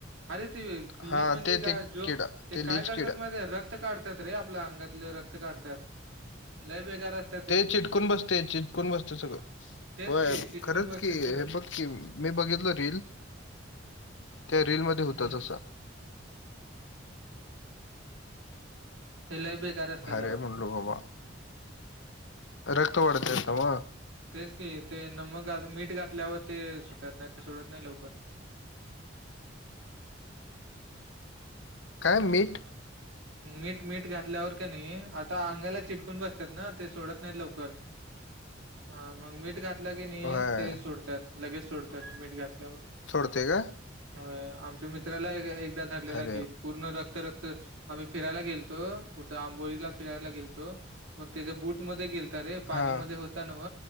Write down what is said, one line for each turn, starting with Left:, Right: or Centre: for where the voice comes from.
Right: अरे ते लीट
Left: हा
Right: म्हणजे
Left: ते
Right: काय
Left: ते
Right: जोक
Left: किडा
Right: ते काय
Left: लीच
Right: करतात
Left: किडा
Right: माहितीए ते रक्त रक्त काढतात रे आपल्या अंगातल रक्त काढतात लय बेकार असतात त्यांनी
Left: ते चिटकून बसते चिटकून बसते सगळं
Right: तेच
Left: व्हय
Right: की चिटकून
Left: खरंच
Right: बसते
Left: की
Right: ते
Left: हे बघ किम मी बघितल रील त्या रीलमध्ये
Right: हम्म
Left: होत तसं.
Right: हम्म लय बेकार असतात
Left: भारी
Right: बाबा
Left: हाय म्हणलो बाबा रक्त वढत्यात नव.
Right: तेच की ते नमक घात मीठ घातल्यावर ते सुटत नाही सोडत नाही लवकर.
Left: काय
Right: हा
Left: मीठ
Right: हा. मीठ मीठ घातल्यावर कनी आता अंगाला चिटकून बसतात ना ते सोडत नाही लवकर. हा मग मीठ घात <unintelligible>
Left: होय
Right: ते सोडतात लगे सोडतात मीठ घातल्यावर.
Left: सोडतय काय?
Right: व्हय आमच्या मित्राला एकदा धरलेला
Left: अरे
Right: कि. पूर्ण रक्त रक्त आम्ही फिरायला गेलतो कुठं आंबोलीला फिरायला गेलतो. मग तेज्या बूटमध्ये गेल ता रे पाणी
Left: हां,
Right: मध्ये होता नव